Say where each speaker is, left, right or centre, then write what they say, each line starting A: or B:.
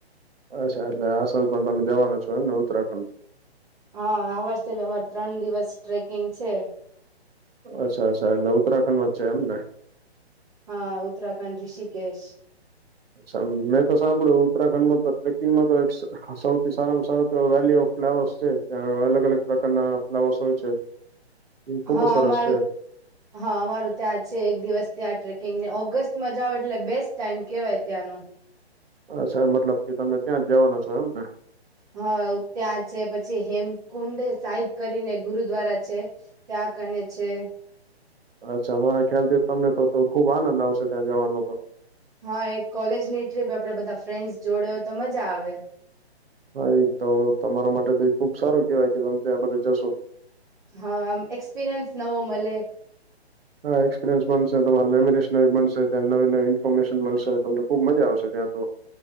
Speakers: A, on the right; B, on the right.
A: અચ્છા એટલે આસલ પણ તમે જવાના છો એમને ઉત્તરાખંડ
B: હા આ વર્ષે ભી અમારે ત્રણ દિવસ ટ્રેકિંગ છે.
A: અચ્છા અચ્છા એ ઉત્તરાખંડમાં છે એમ ને
B: હા ઉત્તરાખંડ ઋષિકેશ.
A: અચ્છા મેં તો સાંભળ્યું ઉત્તરાખંડમાં તો ટ્રેકિંગમાં તો સૌથી સારામાં સારા તો વેલી ઓફ ફ્લાવર્સ છે ત્યાં અલગ અલગ પ્રકારના ફ્લાવર્સ હોય છે. એ ખુબ
B: હા
A: જ સરસ
B: મામારે
A: છે
B: હા અમારુ ત્યા છે, એક દિવસ ત્યાં ટ્રેકિંગ ને ઓગસ્ટમાં જઓ, એટલે બેસ્ટ ટાઈમ કેહેવાય ત્યાંનુ
A: અચ્છા મતલબ કે તમે ત્યાં જવાનો છો, એમ ને
B: હા ત્યા છે, પછી હેમકુંડ સાહેબ કરીને ગુરુદ્વારા છે. ત્યાં કને છે.
A: અચ્છા મારા ખ્યાલ છે, તમને તો ખુબ આનંદ આવશે ત્યાં જવાનો તો
B: હા એક કોલેજની ટ્રીપ આપડે બધા ફ્રેન્ડ્સ જોડે હોય તો મજા આવે
A: હા એ તો તમારા માટે તો ખુબ સારું કેહેવાય કે તમે ત્યા આ બધા જશો.
B: હા આમ એક્સપિરિયન્સ નવો મળે
A: હા એક્સપિરિયન્સ બનશે તમારી મેમોરીશ નવી બનશે ત્યાં નવી નવી ઇન્ફોર્મેશન મળશે તમને ખુબ મજા આવશે ત્યા તો